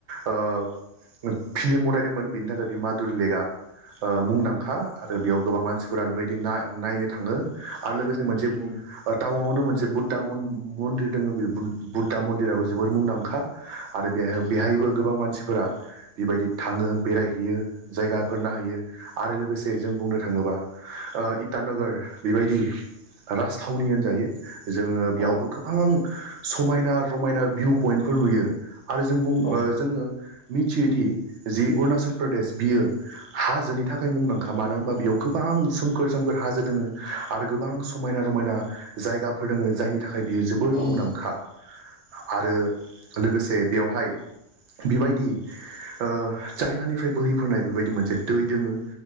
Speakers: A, on the right (about 70°); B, on the left (about 50°).
A: ओ फिलिम बनायदोंमोन बेनि थाखाय बे मादुर लेकआ ओ मुंदांखा आरो बेयाव गोबां मानसिफोरा बेबायदि ना-नायनो थांङो। आरो लोगोसे मोनसे
B: उम
A: टावांङावनो मोनसे से बुद्धा मन मन्दिर दङ बे बुद्धा मन्दिराबो जोबोर मुंदांखा। आरो बेहाय
B: औ
A: बेहायबो गोबां मानसिफोरा बेबायदि थाङो बेरायहैयो जायगाफोर नायहैयो आरो लोगोसे जों बुंनो थाङोबा इटानगर बेबायदि राजथावनि होनजायो। जोङो बेयावबो
B: औ
A: गोबां समायना रमायना भिउ पइन्टफोर नुयो आरो जों बुं
B: औ
A: बा जोङो मिथियोदि जि अरुणाचल प्रदेश बियो हाजोनि थाखाय मुंदांखा मानो होनबा बेयाव गोबां सोमखोर सोमखोर हाजो दोङो। आरो गोबां समायना रमायना जायगाफोर दोङो जायनि थाखाय बियो जोबोर
B: औ
A: मुंदांखा। आरो लोगोसे बेयावहाय बेबायदि ओ चाइनानिफ्राय बोहैफोनाय बेबायदि मोनसे दै दोङो